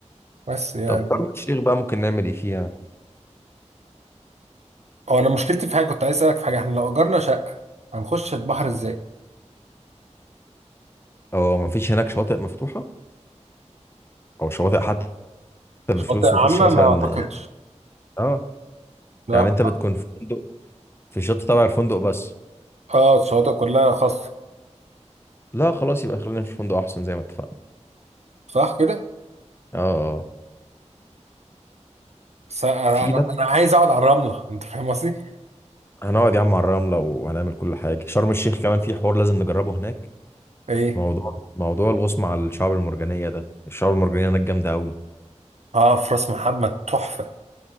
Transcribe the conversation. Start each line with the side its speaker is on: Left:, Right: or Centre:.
Right: بس يعني
Left: طب شرم الشيخ بقى ممكن نعمل ايه فيها
Right: هو انا مشكلتي في حاجه كنت عايز اسالك في حاجه احنا لو اجرنا شقه هنخش البحر ازاي
Left: او ما فيش هناك شواطئ مفتوحة او شواطئ حتى بفلوس
Right: شواطئ
Left: نخش
Right: عامه
Left: مثلا
Right: ما اعتقدش
Left: اه
Right: لا
Left: يعني انت بتكون في فندق في الشط تبع الفندق بس
Right: اه الشواطئ كلها خاصه
Left: لا خلاص يبقى خلينا في الفندق احسن زي ما اتفقنا
Right: صح كده
Left: اه اه
Right: بس انا
Left: في
Right: انا
Left: بقى
Right: أنا عايز اقعد على الرمله انت فاهم قصدي
Left: هنقعد يا عم على الرملة وهنعمل كل حاجة شرم الشيخ كمان في حوار لازم نجربه هناك
Right: ايه
Left: موضوع موضوع الغوص مع الشعاب المرجانية ده الشعاب المرجانية هناك جامدة أوي
Right: اه في راس محمد تحفه